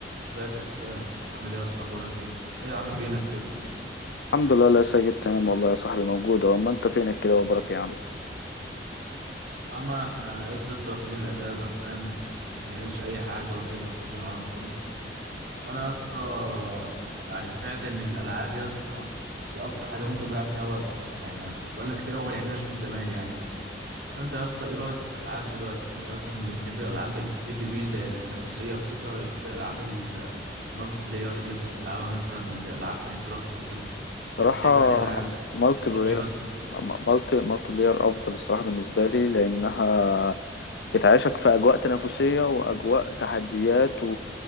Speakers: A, on the right; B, on the left.
A: ازيك يا اسلام عامل ايه يا اسطى اخبارك ايه ايه يا عم فينك كده
B: الحمد لله لا ساجد تمام والله يا صاحبي موجود اهو ما انت فينك كده وبرك يا عم
A: يا عم احنا يا اسطى لسه واخدين الاجازه فاهم ما بنعملش اي حاجه والدنيا فاضيه معانا خالص فانا يا اسطى يعني سمعت ان الالعاب يا اسطى هي اكتر حاجه ممكن تضيع فيها وقتك يا اسطى يعني انا إحنا بقالنا كتير قوي ما لعبناش من زمان يعني فانت يا اسطى ايه رايك في الالعاب دلوقتي يعني انت مثلا بتحب الالعاب البي في بي زي التنافسيه وكده ولا بتحب الالعاب ال- المالتي بلاير اللي انت بتلعبها مثلا زي العاب ماينكرافت وكده يعني
B: بصراحة
A: بتحب يعني العاب
B: مالتي بلاير
A: ببجي مثلا
B: مالتي مالتي بلاير افضل الصراحة بالنسبة لي لانها بتعيشك في اجواء تنافسية واجواء تحديات و...